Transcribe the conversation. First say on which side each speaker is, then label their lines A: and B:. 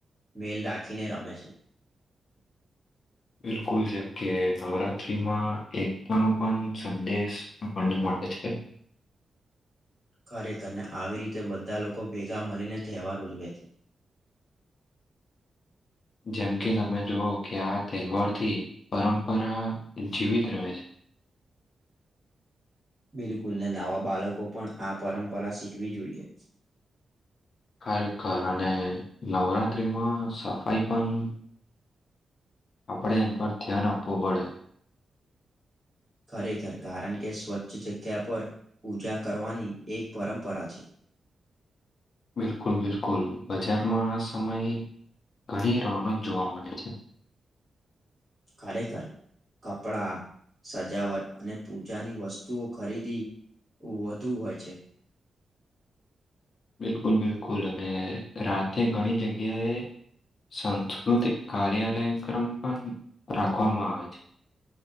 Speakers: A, on the right (about 20°); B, on the left (about 50°).
A: મેલ રાખીને રમે છે
B: <inaudible> <inaudible> બિલકુલ જેમ કે નવરાત્રીમાં એકતા નો પણ સંદેશ આપણને મળતો <inaudible> <inaudible>
A: ખરેખરને આવી રીતે બધા લોકો ભેગા મળીને તહેવાર ઉજવે છે
B: <inaudible> <inaudible> જેમ કે તમે જોુવ કે આ તહેવારથી પરંપરા જીવિત રહે છે
A: બિલકુલને નવા બાળકો પણ આ પરંપરા શીખવી જોઈએ
B: ખરેખર અને નવરાત્રિમાં સફાઈ પણ આપણે એન પર ધ્યાન આપવું પડે
A: ખરેખર કારણ કે સ્વચ્છ જગ્યા પર પૂજા કરવાની એક પરમ્પરા છે
B: બિલકુલ બિલકુલ બજારમાં આ સમયે ઘણી રોનક જોવા મળે છે
A: ખરેખર કપડા સજાવટ અને પૂજાની વસ્તુઓ ખરીદી વધુ હોય છે
B: <inaudible> <inaudible> બિલકુલ બિલકુલ અને રાતે ઘણી જગ્યાએ સાસ્કૃતિક કાર્યાલય ક્રમ પણ રાખવામાં આવે છે